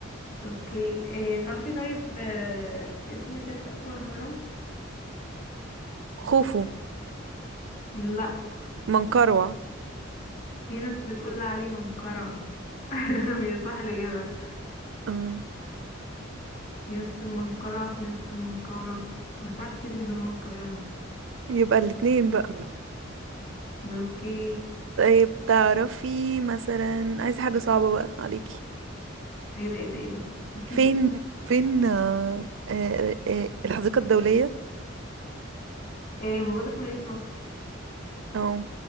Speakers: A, on the left; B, on the right.
A: اوكي آه، تعرفي طيب آه، اسم تالت اكبر هرم
B: خوفو
A: لا
B: منقروع
A: في ناس بتقول بقى عليه منقرع <laughs> هي صح الاجابه
B: أم،
A: في ناس بتقول منقرع في ناس بتقول منقورة بسمعها كتير جدا وانا صغيره
B: يبقى الاتنين بقى
A: اوكي
B: طيب تعرفي مثلا عايزة حاجة صعبة بقى عليكي
A: ايه ده ايه ده ايه ده <laughs>
B: فين فين آه، آه، آه، الحديقة الدولية؟
A: آه، موجوده في مدينه نصر
B: اه